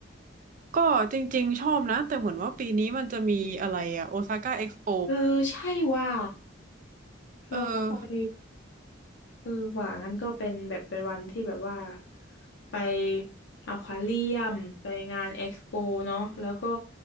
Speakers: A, on the right; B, on the left.
A: ก็จริงๆชอบนะ แต่เหมือนว่าปีนี้มันจะมีอะไรอ่ะโอซาก้าเอ็กซ์โป
B: เออใช่ว่าเราก็ไป
A: เออ
B: เออหว่างั้นก็เป็นแบบเป็นวันที่แบบว่าไปอควาเรียมไปงานเอ็กซ์โปเนาะแล้วก็